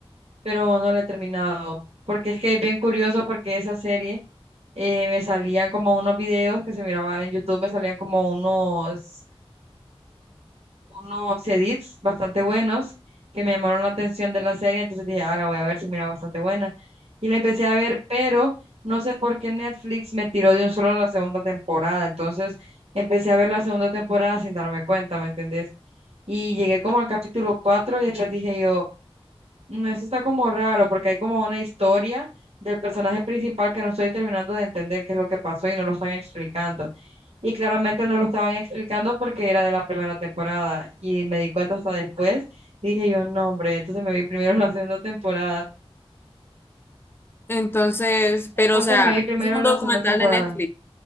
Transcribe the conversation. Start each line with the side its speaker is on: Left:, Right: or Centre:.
Right: pero no la he terminado. Porque es que es bien curioso porque esa serie eh, me salían como unos videos que se miraban en YouTube, me salían como unos unos edits bastante buenos que me llamaron la atención de la serie, entonces dije, ahora voy a ver si mira bastante buena. Y la empecé a ver, pero no sé por qué Netflix me tiró de un solo la segunda temporada, entonces empecé a ver la segunda temporada sin darme cuenta, ¿me entendés? Y llegué como al capítulo 4 y después dije yo, no, esto está como raro porque hay como una historia del personaje principal que no estoy terminando de entender qué es lo que pasó y no lo están explicando y claramente no lo estaban explicando porque era de la primera temporada y me di cuenta hasta después. Dije yo, no, hombre, entonces me vi primero la segunda temporada.
Left: Entonces, pero
Right: Entonces
Left: o sea,
Right: me vi primero
Left: ese es un
Right: la
Left: documental
Right: segunda temporada.
Left: de Netflix.